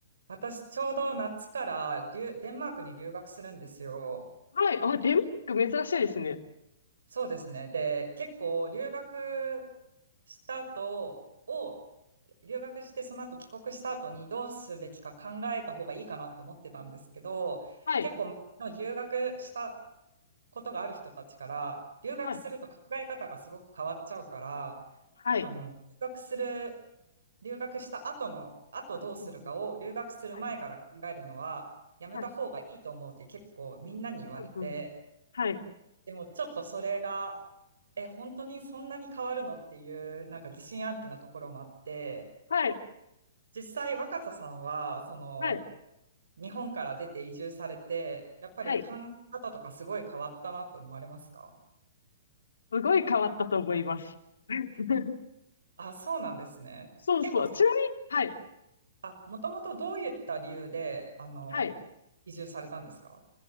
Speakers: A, on the right; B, on the left.
A: 私、ちょうど夏から留デンマークに留学するんですよ。
B: はい。あ、デンマーク珍しいですね。
A: そうですね。で、結構留学した後を、留学してその後帰国した後にどうすべきか考えた方がいいかなって思ってたんですけど、
B: はい。
A: 結構留学したことがある人たちから、留学すると考え方がすごく変わっちゃうから、
B: はい。はい。
A: あの、留学する留学した後の、後どうするかを留学する前から考えるのはやめた方がいいと思うって結構みんなに言われて、
B: うんうん。はい。はい。うんうん。はい。
A: でもちょっとそれが、え、本当にそんなに変わるのっていう、なんか疑心暗鬼なところもあって、
B: はい。
A: 実際若狭さんは、その、
B: はい。
A: 日本から出て移住されて、やっぱり考え方とかすごい変わったなって思われますか
B: はい。すごい変わったと思います。<laughs>
A: あ、そうなんですね。
B: そうそう。
A: 結構、
B: ちなみに、はい。
A: あ、もともとどういった理由で、あの、
B: はい。
A: 移住されたんですか